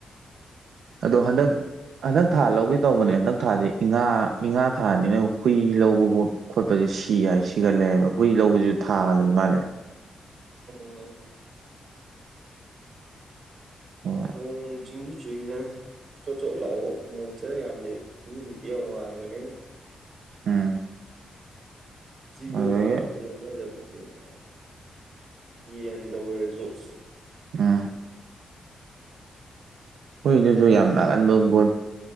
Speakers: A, on the right; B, on the right.
A: ꯑꯗꯣ ꯍꯟꯗꯛ ꯍꯟꯗꯛ ꯊꯥ ꯂꯧꯒꯦ ꯇꯧꯕꯅꯦ ꯍꯟꯗꯛ ꯊꯥꯁꯦ ꯏꯉꯥ ꯏꯉꯥ ꯊꯥꯅꯤꯅ ꯍꯨꯏ ꯂꯧꯕꯒꯨꯝꯠ ꯈꯣꯠꯄꯁꯦ ꯁꯤ ꯍꯥꯏ ꯁꯤꯒꯜꯂꯦꯕ ꯍꯨꯏ ꯂꯧꯕꯁꯨ ꯊꯥ ꯂꯩ ꯃꯥꯜꯂꯦ
B: ꯎꯝ
A: ꯑꯣ
B: ꯅꯣꯡ ꯆꯤꯡꯁꯨ ꯆꯨꯏꯗ ꯆꯣꯠ ꯆꯣꯠ ꯂꯥꯛꯕ ꯃꯣꯏ ꯆꯔ ꯌꯥꯝ ꯂꯩ ꯃꯤꯗꯤ ꯌꯥꯝ ꯋꯥꯡꯕꯅꯤꯅ
A: ꯎꯝ
B: ꯖꯤꯕ
A: ꯑꯗꯒꯤ
B: ꯄꯥ ꯉꯛꯇ ꯂꯧꯅꯗ ꯑꯗꯨꯝ ꯇꯦꯡꯉꯦ ꯌꯦꯟꯗ ꯑꯣꯏꯔꯁꯨ
A: ꯑꯥ ꯍꯨꯏꯗꯨꯁꯨ
B: ꯍ꯭ꯌꯨꯃꯤꯗꯤꯇꯤ
A: ꯌꯥꯝ ꯅꯥꯒꯟꯕ
B: ꯋꯥꯡꯕꯅꯤ
A: ꯒꯣꯜ